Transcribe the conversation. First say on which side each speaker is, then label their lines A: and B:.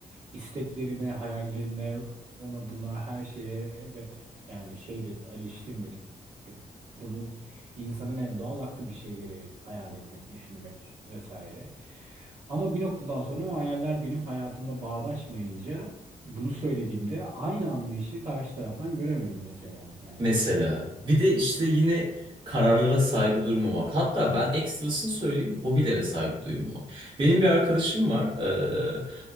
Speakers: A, on the right (about 50°); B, on the right (about 35°).
A: İsteklerine, hayallerine, ona buna her şeye evet yani şey de eleştirmedim. Bunu İnsanın en doğal hakkı bir şeyleri hayal etmek, düşünmek vesaire. Ama bir noktadan sonra o hayaller benim hayatımla bağdaşmayınca bunu söylediğimde aynı anlayışı karşı taraftan göremedim mesela. Yani
B: Mesela bir de işte yine kararlara saygı duymamak. Hatta ben ekstrasını söyleyeyim hobilere saygı duymamak. Benim bir arkadaşım var. eee,